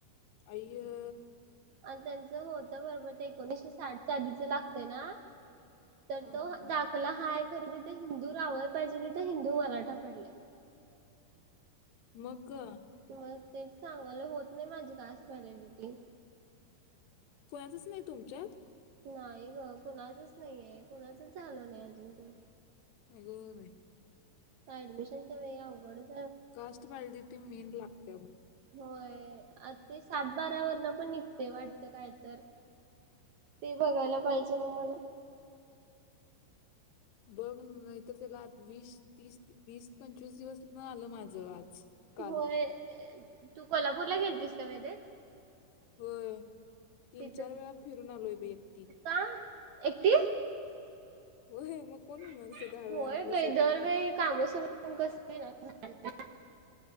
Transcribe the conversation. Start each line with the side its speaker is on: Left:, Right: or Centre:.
Left: अय य्य.
Right: आणि त्यांच होत बरोबर ते, एकोणीशे साठच्या आधीच लागतय ना, तर
Left: हा
Right: तो
Left: हा
Right: दाखला हाय खर ते ते हिंदू लावाय पाहिजे होतीत. ते हिंदू मराठा पडलय.
Left: मग ग.
Right: मग तेच सांगायलोय, होत नाही माझी कास्ट व्हॅलीडिटी.
Left: कोणाचच नाही तुमच्यात?
Right: नाही ग कुणाचच नाहीये? कुणाचच झालं नाही अजून ते?
Left: आग बाई
Right: अ ऍडमिशनच्या वेळी अवघडच हाय.
Left: कास्ट व्हॅलिडिटी मेन लागत्या बघ.
Right: होय आ ते साथी दारावरनं पण निघते वाट त काय तर ते बघायला पाहिजे म मला.
Left: बघ नाहीतर तुला आद वीस तीस वीस पंचवीस दिवस न आलं माझं आज. काल
Right: होय. ए तू कोल्हापूरला गेलतीस का वेदे?
Left: होय तीन
Right: तिथं
Left: चार वेळा फिरून आलोय बाई एकटी.
Right: का एकटी?
Left: होय मग कोण
Right: <unintelligible>
Left: येणार असं दहा वेळा
Right: होय
Left: आपल्यासोबत
Right: बाई दरवेळी काम सोडून कसं येणार? <inaudible>